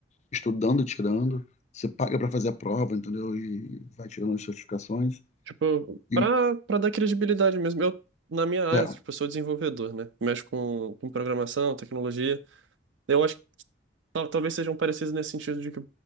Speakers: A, on the left; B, on the right.
A: estudando e tirando, você paga para fazer a prova, entendeu? E vai tirando as certificações.
B: Tipo,
A: E,
B: para para dar credibilidade mesmo. Eu na minha área,
A: é,
B: tipo, eu sou desenvolvedor, né? Mexo com, com programação, tecnologia. Eu acho tal- talvez sejam parecidos nesse sentido de que